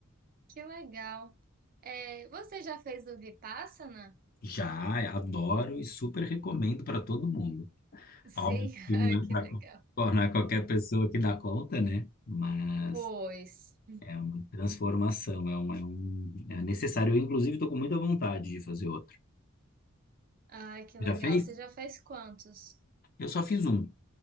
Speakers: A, on the right; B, on the left.
A: Que legal. É, você já fez o Vipassana?
B: Já adoro e super recomendo para todo mundo.
A: Sim,
B: Óbvio
A: <laughs>
B: que
A: ai,
B: não
A: que
B: é
A: legal.
B: para não é qualquer pessoa que dá conta, né? Mas
A: Pois.
B: é uma transformação, é um, é um, é necessário. Eu, inclusive, estou com muita vontade de fazer outro.
A: Ai, que legal.
B: Já fez?
A: Você já fez quantos?
B: Eu só fiz um.